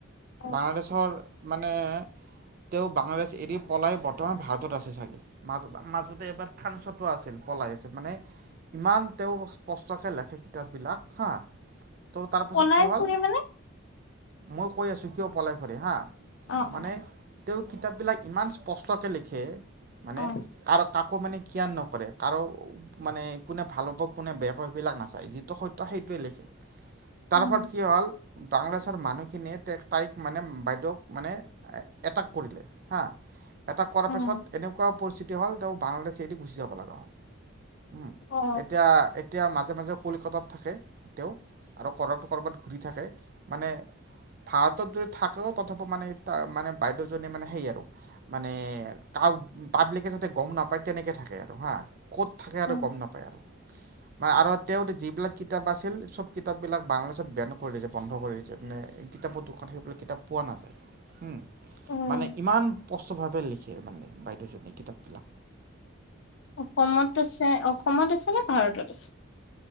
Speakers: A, on the left; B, on the right.
A: অ
B: বাংলাদেশৰ মানে তেওঁ বাংলাদেশ এৰি পলাই বৰ্তমান ভাৰতত আছে চাগে? মাজত মাজতে এবাৰ ফান্সতো আছিল পলাই আছিল। মানে, ইমান তেওঁ স্পষ্টকৈ লেখে কিতাপবিলাক হাঁ। ত' তাৰপাছত
A: পলাই
B: কি হ'ল?
A: ফুৰে মানে
B: মই কৈ আছোঁ কিয় পলাই ফুৰে হাঁ।
A: অ
B: মানে
A: অ
B: তেওঁ কিতাপবিলাক ইমান স্পষ্টকে লিখে, মানে?
A: অ
B: কাৰ কাকো মানে কিয়াৰ নকৰে। কাৰো মানে কোনে ভাল পাব, কোনে বেয়া পাব, সেইবিলাক নাচায়। যিটো সত্য সেইটোৱে লিখে। তাৰ
A: উম
B: ওপৰত কি হল, বাংলাদেশৰ মানুহখিনিয়ে তে তাইক মানে বাইদেউক মানে এটাক কৰিলে হা। এটাক কৰাৰ
A: উম
B: পিছত এনেকুৱা পৰিস্থিতি হ'ল, তেওঁ বাংলাদেশ এৰি গুচি যাব লগা হ'ল। উম,
A: অ
B: এতিয়া এ তিয়া মাজে মাজে কলিকতাত থাকে তেওঁ। আৰু ক'ৰবাত ক'ৰবাত ঘূৰি থাকে। মানে, ভাৰতত যদি থাকেও তথাপিও মানে ত' মানে বাইদেউজনী মানে সেই আৰু। মানে, কাৱ পাব্লিকে যাতে গম নাপায় তেনেকৈ থাকে আৰু হাঁ। ক'ত থাকে আৰু
A: উম
B: গম নাপায় আৰু। মানে আৰু তেওঁ যিবিলাক কিতাপ আছিল, চব কিতাপবিলাক বাংলাদেশত বেন কৰি দিছে, বন্ধ কৰি দিছে। মানে, কিতাপৰ দোকান সেইবিলাক কিতাপ পোৱা নাযায়। উম।
A: উম
B: মানে ইমান স্পষ্টভাৱে লিখে মানে বাইদেউজনে কিতাপবিলাক।
A: অসমত আছে? অসমত আছে নে ভাৰতত আছে?